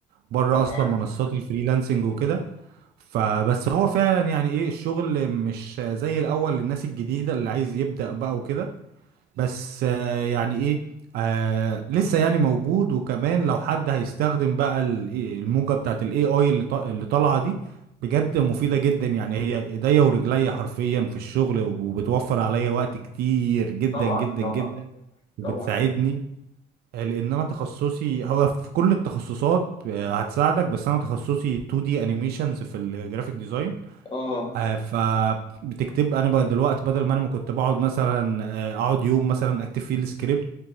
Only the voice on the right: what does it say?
بره
أصلا منصات الفريلانسنج وكده فبس هو فعلا يعني إيه الشغل مش زي الأول للناس الجديدة اللي عايز يبدأ بقى وكده بس آه، يعني ايه آه لسه يعني موجود وكمان لو حد هيستخدم بقى ال- إيه، الموجة بتاعت الاي اي اللي طا- اللي طالعة دي بجد مفيدة جدا يعني هي ايديا ورجليا حرفيا في الشغل وبتوفر عليا وقت كتير جدا
جدا
جدا وبتساعدني
آه، لان انا تخصصي هو في كل التخصصات آه، هتساعدك بس انا تخصصي 2D انيميشنز في الجرافيك ديزاين
آه، فبتكتب انا بقى دلوقتي بدل ما انا ما كنت بقعد مثلا آه، اقعد يوم مثلا اكتب فيه السكريبت